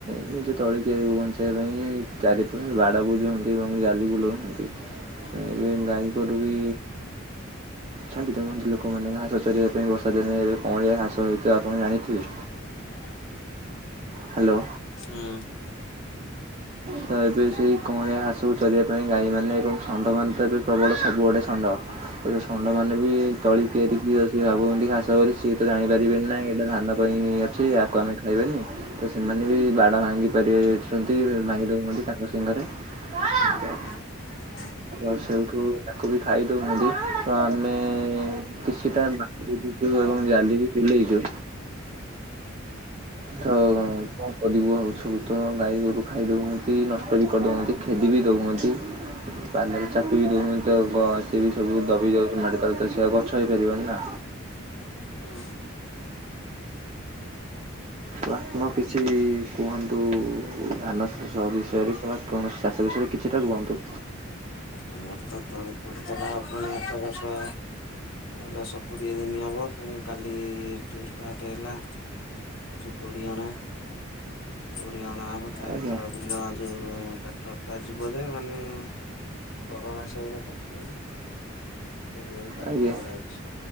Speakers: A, on the right; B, on the left.
A: ନିଜ ତଳିିକିଆରିକୁ ବଞ୍ଚେଇବା ପାଇଁ ହୁଁ ଚାରିପଟ ବାଡ଼ ବୁଜନ୍ତି ଏବଂ ଜାଲି ବୁଲୁଅନ୍ତି।
B: <unintelligible>
A: ଏବେ ଗାଈଗୋରୁ ବି ଛାଡ଼ିଦେଉଛନ୍ତି ଲୋକମାନେ ଘାସ ଚରିବା ପାଇଁ ବର୍ଷା ଦିନେ ଏବେ କଁଳିଆ ଘାସ ହୋଇତିବ ଆପଣ ଜାଣିଥିବେ।
B: <unintelligible>
A: ହ୍ୟାଲୋ।
B: ହୁଁ।
A: ତ ଏବେ ସେଇ କଅଁଳିଆ ଘାସକୁ ଚରିବା ପାଇଁ ଗାଈମାନେ ଏବଂ ଷଣ୍ଡମାନେ ତ ଏବେ ପ୍ରବଳ ସବୁଆଡ଼େ ଷଣ୍ଢ। ଏବେ ଷଣ୍ଡମାନେ ବି ତଳି କିଆରି କିି ସେ ଭାବୁଛନ୍ତି ଘାସ ବୋଲି ସିଏ ତ ଜାଣିପାରିବେନି ନାହିଁ ଏଇଟା ଧାନ ପାଇଁ ଅଛି ଆକୁ ଆମେ ଖାଇବାନି। ତ ସେମାନେ ବି ବାଡ ଭାଙ୍ଗି ପାରିବଛନ୍ତି ଭାଙ୍ଗି ଦଉଛନ୍ତି ତାଙ୍କ ଶିଙ୍ଘରେ। କଣ?
B: <unintelligible>
A: ତ ସେଇଠୁ ତାକୁ ବି ଖାଇଦଉଛନ୍ତି ତ ଆମେ କିଛିଟା ବାଡ ଦେଇଛୁ ଏବଂ ଜାଲି ବି ବୁଲେଇଛୁ।
B: <unintelligible>
A: ତ କଣ କରିବୁ ଆଉ ସବୁ ତ ଗାଈ ଗୋରୁ ଖାଇଦଉଛନ୍ତି। ନଷ୍ଟ ବି କରିଦଉଛନ୍ତି ଖେଦି ବି ଦଉନ୍ତି। ପାଦରେ ଚାପି ବି ଦେଉଛନ୍ତିି ତ ସିଏ ବି ସବୁ ଦବି ଯାଉଛି ମାଟି ତଳେ ତ ସିଏ ଆଉ ଗଛ ହେଇପାରିବନି ନା।
B: ହୁଁ।
A: ତ ଆପଣ କିଛି ବି କୁହନ୍ତୁ ଧାନ ଚାଷ ଘର ବିଷୟରେ କିମ୍ବା କୌଣସି ଚାଷ ବିଷୟରେ କିଛିଟା କୁହନ୍ତୁ।
B: ଆମର ତ ତଳି ପଡିଥିଲା ପୁଣି ଆଠ ବଷ ଦଶ କୋଡିଏ ଦିନ ହବ ପଣି କାଲି ଠୁ ଷ୍ଟାର୍ଟ ହେଲା। ଏ ଯୋଉ କୋଡିହଣା। କୋଡିଏ ହଣା ହବ ଚାରିଥର
A: ଆଜ୍ଞା।
B: ବିଲ ଯୋଉ ଟ୍ରାକ୍ଟର ଟା ଯିବ ଯେ ମାନେ କର ଘାସ ଗୁରା କାଟୁନି ଯେ ସେ ଟ୍ରାକ୍ଟରରେ
A: ଆଜ୍ଞା
B: ଯାଉଛି।